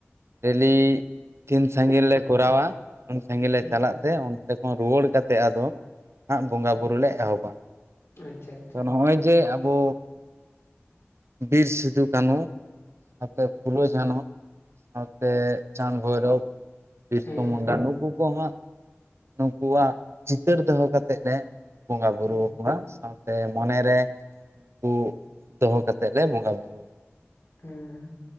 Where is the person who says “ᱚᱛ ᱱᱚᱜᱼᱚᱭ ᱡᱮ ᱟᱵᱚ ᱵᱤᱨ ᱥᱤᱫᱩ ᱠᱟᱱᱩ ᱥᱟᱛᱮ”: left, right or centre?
Right